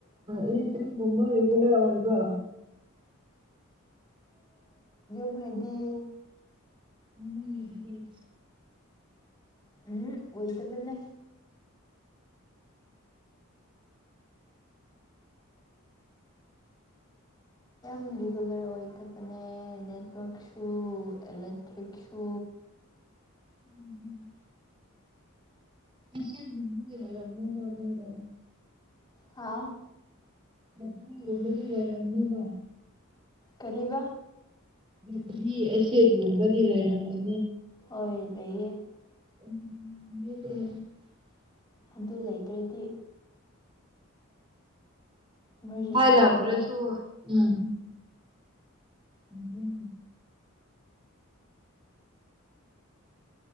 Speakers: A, on the right; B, on the left.
A: ꯑ ꯏꯇꯔꯤ ꯨꯝꯃ ꯔꯒꯂꯔ ꯑꯣꯏꯜꯕ
B: ꯑꯗꯨ ꯍꯥꯏꯗꯤ
A: ꯎꯃ ꯌꯦꯕ ꯂꯩ
B: ꯎꯝ ꯑꯣꯏꯗꯕꯅꯦ ꯁ ꯔꯤꯒꯨꯂꯔ ꯑꯣꯏꯗꯕꯅꯦ ꯅꯦꯠꯋꯔꯛꯁꯨ ꯏꯂꯦꯛꯇ꯭ꯔꯤꯛꯁꯨ
A: ꯎꯝ ꯁꯔꯒ ꯃꯤꯅꯔꯒ
B: ꯍꯥꯥ
A: ꯅ ꯎꯃꯔꯤ ꯂꯩꯔꯝꯅꯤꯅ
B: ꯀꯔꯤꯕ
A: ꯅꯠꯇ꯭ꯔꯤ ꯑꯦꯁꯦꯒꯨꯝꯕꯗꯤ ꯂꯩꯔꯝꯅꯤ
B: ꯍꯣꯏ ꯂꯩꯌꯦ
A: ꯎ ꯑ
B: ꯑꯗꯨ ꯂꯩꯇꯔꯗꯤ ꯏꯃꯥꯔꯖꯦꯟꯁꯤꯒꯤꯀꯣ
A: ꯃꯩ ꯂꯥꯛꯇ꯭ꯔꯁꯨ ꯎꯝ ꯎꯝ ꯎꯝ